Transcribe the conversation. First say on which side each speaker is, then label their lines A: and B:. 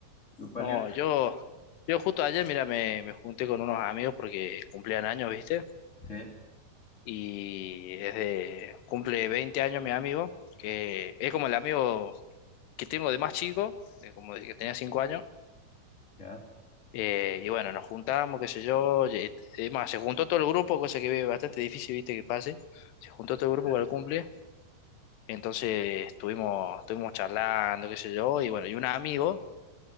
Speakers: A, on the left; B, on the left.
A: estuvo valioso,
B: No, yo, yo justo ayer, mira, me, me junté con unos amigos porque cumplían años, ¿viste?
A: sí.
B: Y desde, cumple 20 años mi amigo, que es como el amigo que tengo de más chico, de como de que tenía 5 años.
A: Ya,
B: Eh, y bueno, nos juntamos, qué sé yo. y- y- Es más, se juntó todo el grupo, cosa que es bastante difícil, viste, que pase. Se juntó todo el grupo
A: ya,
B: para el cumple. Entonces estuvimos, estuvimos charlando, qué sé yo. Y bueno, y un amigo